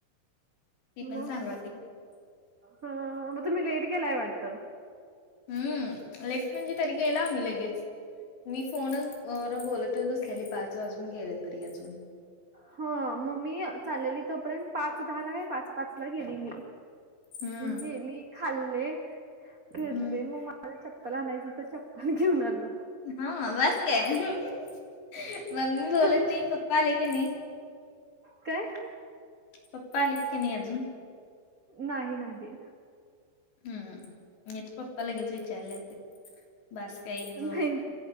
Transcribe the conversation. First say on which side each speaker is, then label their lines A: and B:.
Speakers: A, on the left (about 65°); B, on the right (about 55°).
A: ती पण
B: मग
A: सांगालती
B: ह मग तुम्ही लेट गेलाय वाटतं.
A: हम्म लेच म्हणजे तरी गेलो आम्ही लगेच. मी फोनच वर बोलतच बसलेले पाच वाजून गेले तरी अजून.
B: ह मग मी चाललेली तोपर्यंत पाच दहा ला काय पाच पाच ला गेली मी.
A: हम्म.
B: गेली खाल्ले फिरले
A: हम्म
B: मग मला चप्पल आणायच होत चप्पल घेऊन आलो.
A: हा बास काय, मम्मी बोलत
B: दोन-
A: नाही पप्पा आले की नाही
B: काय?
A: पप्पा आलीत का नाही अजून
B: नाही नाही
A: हम्म मी तर पप्पा लगेच विचारले अस बास का एक जोड
B: नाही